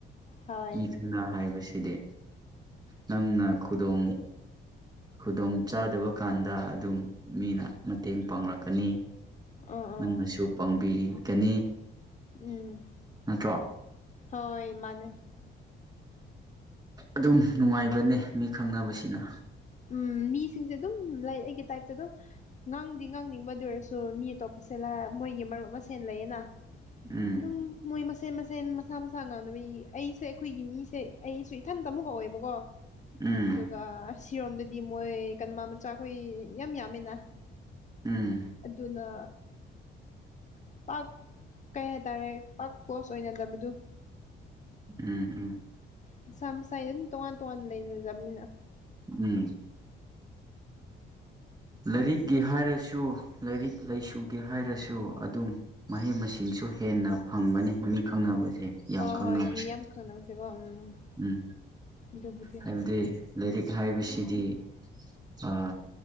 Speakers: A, on the left; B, on the right.
A: ꯍꯣꯏ
B: ꯃꯤꯁꯤꯡꯅ ꯍꯥꯏꯕꯁꯤꯗꯤ ꯅꯪꯅ ꯈꯨꯗꯣꯡ ꯈꯨꯗꯣꯡ ꯆꯥꯗꯕ ꯀꯥꯟꯗ ꯑꯗꯨꯝ ꯃꯤꯅ ꯃꯇꯦꯡ ꯄꯥꯡꯂꯛꯀꯅꯤ
A: ꯑꯥ
B: ꯅꯪꯅꯁꯨ
A: ꯑꯥ
B: ꯄꯥꯡꯕꯤꯒꯅꯤ
A: ꯎꯝ
B: ꯅꯠꯇ꯭ꯔꯣ
A: ꯍꯣꯏ ꯃꯥꯅꯦ
B: ꯑꯗꯨꯝ ꯅꯨꯡꯉꯥꯏꯕꯅꯦ ꯃꯤ ꯈꯪꯅꯕꯁꯤꯅ
A: ꯎꯝ ꯃꯤꯁꯤꯡꯁꯦ ꯑꯗꯨꯝ ꯂꯥꯏꯛ ꯑꯩꯒꯤ ꯇꯥꯏꯞꯇ ꯑꯗꯨꯝ ꯉꯥꯡꯗꯤ ꯉꯥꯡꯅꯤꯡꯕꯗꯨ ꯑꯣꯏꯔꯁꯨ ꯃꯤ ꯑꯇꯣꯞꯄꯁꯦꯂ ꯃꯣꯏꯒꯤ ꯃꯔꯨꯞ ꯃꯁꯦꯟ ꯂꯩꯌꯦꯅ ꯑꯥꯗꯨꯝ
B: ꯎꯝ
A: ꯃꯣꯏ ꯃꯁꯦꯟ ꯃꯁꯦꯟ ꯃꯁꯥ ꯃꯁꯥ ꯉꯥꯡꯅꯕꯤ ꯑꯩꯁꯦ ꯑꯩꯈꯣꯏꯒꯤ ꯃꯤꯁꯦ ꯑꯩꯁꯨ ꯏꯊꯟꯇ ꯑꯃꯨꯛ ꯑꯣꯢꯕꯀꯣ
B: ꯎꯝ
A: ꯑꯗꯨꯒ ꯑꯁꯤꯔꯣꯝꯗꯗꯤ ꯃꯣꯏ ꯀꯟꯃ ꯃꯆꯥꯈꯣꯏ ꯌꯥꯝ ꯌꯥꯝꯃꯦꯅ
B: ꯎꯝ
A: ꯑꯗꯨꯅ ꯄꯥꯛ ꯀꯩ ꯍꯥꯏꯇꯥꯔꯦ ꯄꯥꯛ ꯀ꯭ꯂꯣꯁ ꯑꯣꯏꯅꯗꯕꯗꯨ
B: ꯎꯝ ꯎꯝ
A: ꯃꯁꯥ ꯃꯁꯥꯏ ꯑꯗꯨꯝ ꯇꯣꯉꯥꯟ ꯇꯣꯉꯥꯟꯅ ꯂꯩꯖꯕꯅꯤꯅ
B: ꯎꯝ ꯂꯩꯔꯤꯛꯒꯤ ꯍꯥꯏꯔꯁꯨ ꯂꯩꯔꯤꯛ ꯂꯩꯁꯨꯒꯤ ꯍꯥꯏꯔꯁꯨ ꯑꯗꯨꯝ ꯃꯍꯩ ꯃꯁꯤꯡꯁꯨ ꯍꯦꯟꯅ ꯐꯪꯕꯅꯤ ꯃꯤ ꯈꯪꯅꯕꯁꯦ ꯌꯥꯝ
A: ꯍꯣꯏ
B: ꯈꯪꯅꯕꯁꯦ
A: ꯍꯣꯏ ꯃꯤ ꯌꯥꯝ ꯈꯪꯅꯕꯁꯦꯀꯣ ꯎꯝ
B: ꯎꯝ
A: ꯑꯗꯨꯕꯨꯗꯤ
B: ꯍꯥꯏꯕꯗꯤ
A: ꯍꯣꯏ
B: ꯂꯩꯔꯤꯛ ꯍꯥꯏꯕꯁꯤꯗꯤ ꯑ